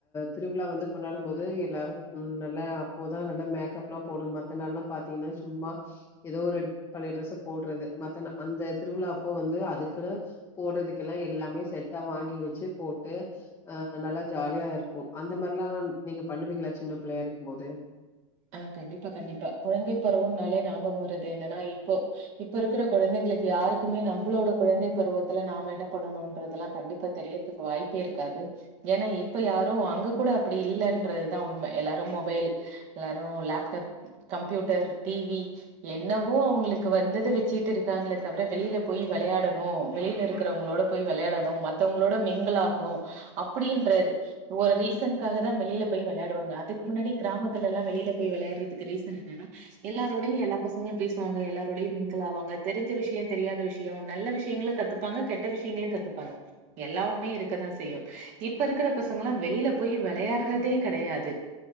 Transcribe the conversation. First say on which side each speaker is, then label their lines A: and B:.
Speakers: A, on the left; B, on the right.
A: திருவிழா வந்து கொண்டாடும் போது எல்லாரும் நல்லா அப்போதான் நல்ல மேக்கப் லா போடும் மத்த நாள் எல்லா பாத்தீங்கன்னா சும்மா ஏதோ ஒரு பழைய டிரெஸ்ஸ போடுறது மத்த அந்த திருவிழா அப்போ வந்து அதுக்குன்னு போடுறதுக்கெல்லா எல்லாமே செட்டா வாங்கி வச்சு போட்டு அஹ் நல்லா ஜாலியா இருக்கோ அந்த மாதிரிலா நீங்க பண்ணுவீங்களா சின்ன பிள்ளையா இருக்கும் போது
B: ஆஹ் கண்டிப்பா கண்டிப்பா குழந்தை பருவம்னாலே ஞாபகம் வருறது என்னன்னா இப்போ இப்ப இருக்கிற குழந்தைங்களுக்கு யாருக்குமே நம்மளோட குழந்தை பருவத்துல நாம என்ன பண்ணணோன்றதெல்லா கண்டிப்பா தெரியறதுக்கு வாய்ப்பே இருக்காது ஏன்னா இப்ப யாரோ அங்க கூட அப்படி இல்லன்றதுதான் உண்ம எல்லாரும் மொபைல் எல்லாரும் லேப்டாப் கம்ப்யூட்டர் டிவி என்னவோ அவங்களுக்கு வந்தத வச்சுட்டு இருக்காங்களே தவிர வெளியில போய் விளையாடணோ வெளியில இருக்கிறவங்களோட போய் விளையாடணோ மத்தவங்களோட மீங்கல் ஆகணும் அப்படின்ற ஒரு ரீசன்க்காக தான் வெளியில போய் விளையாடுவாங்க அதுக்கு முன்னாடி கிராமத் த்தலா வெளிய போய் விளை யாடுறகத்துக்கு ரீசன் என்னனா எல்லாரோடய எல்லா பசங்களோ பேசுவாங்க எல்லாரோடயும் ஆவாங்க தெரிஞ்ச விஷயோ தெரியாத விஷயோ நல்ல விஷயங்களோ கத்துப்பாங்க கெட்ட விஷயங்களையும் கத்துப்பாங்க எல்லாமே உண்மையும் இருக்கதான் செய்யும் இப்ப இருக்கிற பசங்களா வெளியில போய் விளையாடுறதே கிடையாது